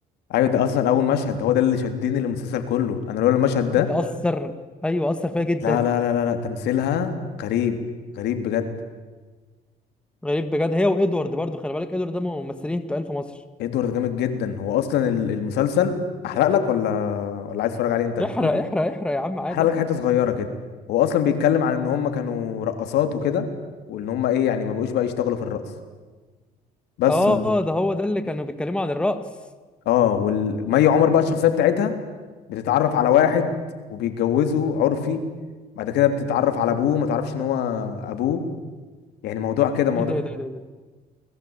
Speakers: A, on the left (about 80°); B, in the centre.
A: ايوه ده اصلا اول مشهد ده هو ده اللي شدني للمسلسل كله انا لولا المشهد ده
B: ده اثر ايوه اثر فيها جدا
A: لا لا لا لا, لا. تمثيلها غريب غريب بجد
B: غريب بجد هي وادوارد برضو خلي بالك ادوارد ده ممثلين تقال في مصر
A: ادوارد جامد جدا هو اصلا ال- المسلسل احرق لك ولا ولا عايز تتفرج عليه انت أنا
B: احرق
A: ممكن
B: احرق احرق يا عم عادي
A: احرق
B: احرق
A: لك حته صغيره كده هو اصلا بيتكلم عن ان هم كانوا رقصات وكده وان هم ايه يعني ما بقوش بقى يشتغلوا في الرقص بس
B: اه ده هو ده اللي كانوا بيتكلموا عن الرقص
A: اه والمي عمر بقى الشخصيه بتاعتها بتتعرف على واحد وبيتجوزه عرفي بعد كده بتتعرف على ابوه ما تعرفش ان هو ابوه يعني موضوع كده موضوع
B: ايه ده ايه ده ايه ده إيه ده